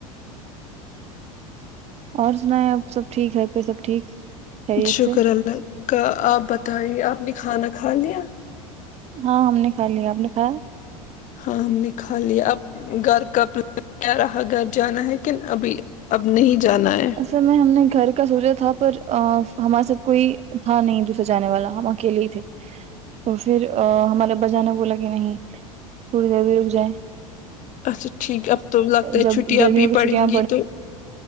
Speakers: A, on the right; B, on the left.
A: اور سنا ہے آپ سب ٹھیک گھر پہ سب ٹھیک خیریت
B: شکر
A: سے
B: اللہ کا آپ بتائیے آپ نے کھانا کھا لیا
A: ہاں ہم نے کھا لیا آپ نے کھایا
B: ہاں ہم نے کھا لیا اب گھر کب ل رہا گھر جانا ہے کن ابھی اب نہیں جانا ہے
A: اصل میں ہم نے گھر کا سوچا تھا پر ہمارے ساتھ کوئی تھا نہیں دوسرا جانے والا ہم اکیلے ہی تھے تو پھر ہمارے ابا جان نے بولا کہ نہیں تھوڑی دیر بھی رک جائے
B: اچھا ٹھیک اب تو لگتا ہے
A: جب
B: چھٹی
A: گرمیوں
B: ابھی
A: کی
B: پڑیں
A: چھٹیاں
B: گی تو